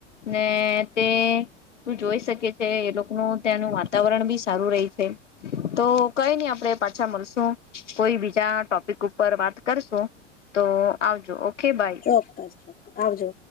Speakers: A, on the left; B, on the left.
A: ને તે તું જોઈ શકી એ લોકોનું ત્યાંનું વાતાવરણ બી સારું રહી છે તો કઈ નહી આપડે પાછા મળશું કોઈ બીજા ટોપિક ઉપર ઉપર વાત કરશો તો આવજો ઓકે બાય
B: ચોક્કસ ચોક્કસ આવજો